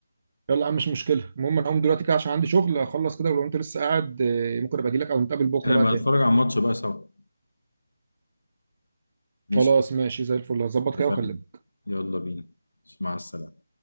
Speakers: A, on the right (about 35°); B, on the left (about 75°).
A: يلا يا عم مش مشكله المهم انا هقوم دلوقتي كده عشان عندي شغل اخلص كده ولو انت لسه قاعد آه، ممكن ابقى اجي لك او نتقابل بكره
B: احنا
A: بقى
B: بقى
A: تاني
B: نتفرج على الماتش بقى سوا ماشي
A: خلاص ماشي زي الفل هظبط
B: اتفقنا
A: كده واكلمك
B: يلا بينا مع السلامة